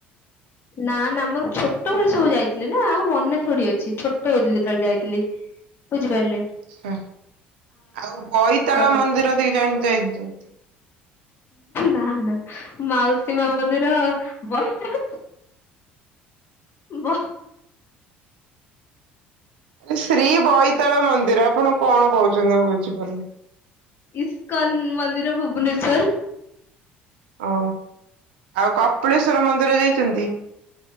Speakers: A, on the left (about 45°); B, on the right (about 80°).
A: ନା ନା ଆମର ଛୋ ଛୋଟ ବଳେ ସବୁ ଯାଇଥିଲି ନା ଆଉ ମନେ ଥୋଡ଼ି ଅଛି ଛୋଟ ହେଇଥିଲି ତବେଳେ ଯାଇଥିଲି ବୁଝିପାରିଲେ।
B: ଆଛା। ଆଉ ବୋଇତାଳ
A: ଆଉ
B: ମନ୍ଦିର ଦି ଜଣ ଯାଇଚୁ।
A: ନା ନା ମାଉସୀ ମା ମନ୍ଦିର ବର୍ଷ ବ
B: ଶ୍ରୀ ବଇ ତଳ ମନ୍ଦିର ଆପଣ କଣ କହୁଚନ୍ତି ମୁଁ ବୁଝିପାରୁନି?
A: ଇସ୍କନ ମନ୍ଦିର ଭୁବନେଶ୍ଵର।
B: ଓ, ଆଉ କପିଳେଶ୍ଵର ମନ୍ଦିର ଯାଇ ଚନ୍ତି।